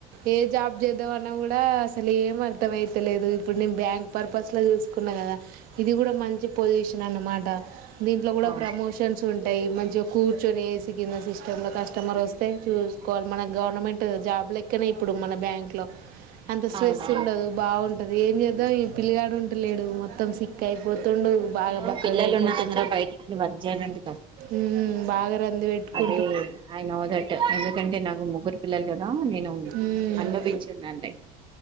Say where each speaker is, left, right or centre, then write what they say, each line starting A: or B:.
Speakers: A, on the right (about 65°); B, on the right (about 30°).
A: ఏ జాబ్ జేద్దమన్నా గూడా అసలేం అర్ ఇష్టం అయితేలేదు ఇప్పుడు నేను బ్యాంక్ పర్పస్ లో జూసుకున్న గదా ఇది గుడా మంచి పొజిషన్ అన్నమాట. దీంట్లో గూడ
B: అవును
A: ప్రమోషన్స్ ఉంటయి మంచి కూర్చొనేసి కింద సిస్టంలో కస్టమరొస్తే చూసుకోవాలి మన గవర్నమెంట్ జాబ్ లెక్కనే ఇప్పుడు మన బ్యాంక్ లో అంత స్ట్రెస్
B: అవునవును
A: ఉండదు. ఉంటది. ఏం చేద్దాం ఈ పిల్లిగాడు ఉంటలేడు మొత్తం సిక్కయిపో తుండు బాగ
B: అయ్యో
A: బక్కగయిపోతుండు
B: పిల్లలు ఉన్న దగ్గర బయటికి వర్క్ చేయాలంటే
A: ఊ బాగ రంది వెట్టుకు
B: ఉమ్మ్ ఐ నో దట్ ఎందుకంటే నాకు ముగ్గురు పిల్లలు గదా నేను
A: ఉమ్.
B: అనుభవించున్నాను. <unintelligible>